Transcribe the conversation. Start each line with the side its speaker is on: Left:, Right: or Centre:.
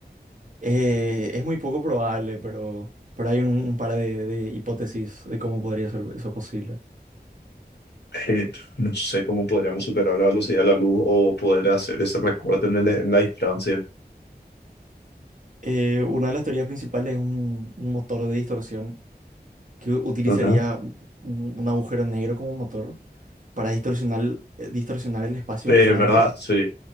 Right: eh, es muy poco probable, pero, pero hay un, un par de, de hipótesis de cómo podría ser eso posible.
Left: Eh, no sé cómo podríamos superar la velocidad de la luz o poder hacer ese recorte en, el- en la distancia.
Right: Eh, una de las teorías principales es un, un motor de distorsión que utilizaría
Left: Ajá.
Right: un, un agujero negro como motor para distorsionar, eh, distorsionar el espacio
Left: Eh,
Right: enfrente,
Left: ¿verdad? Sí.